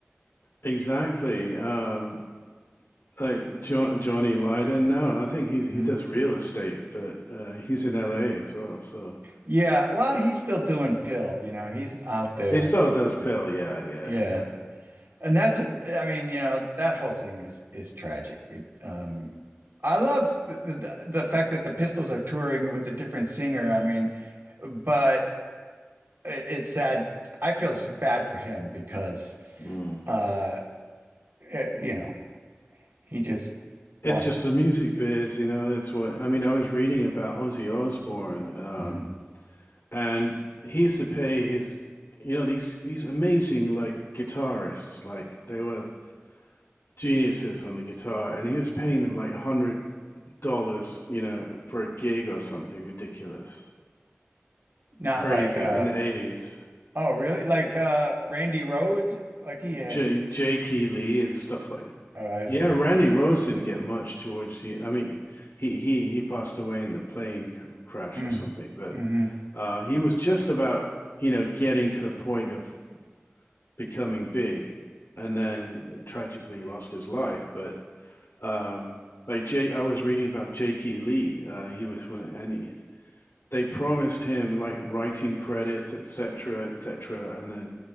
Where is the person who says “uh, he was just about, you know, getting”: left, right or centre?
Left